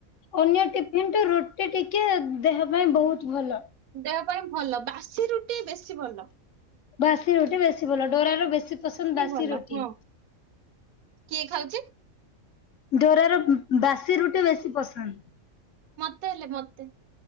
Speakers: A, on the left; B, on the right.
A: ଅନ୍ୟ ଟିଫିନରେ ରୁଟି ଟିକେ ଦେହ ପାଇଁ ବହୁତ ଭଲ।
B: ଦେହ ପାଇଁ ଭଲ ବାସି ରୁଟି ବେଶୀ ଭଲ।
A: ବାସି ରୁଟି ବେଶୀ ଭଲ ଡୋରାର ବେଶୀ ପସନ୍ଦ ବାସି
B: ଭଲ
A: ରୁଟି।
B: ହଁ କିଏ ଖାଉଛି।
A: ଡୋରାର ବାସି ରୁଟି ବେଶୀ ପସନ୍ଦ।
B: ମୋତେ ହେଲେ ମୋତେ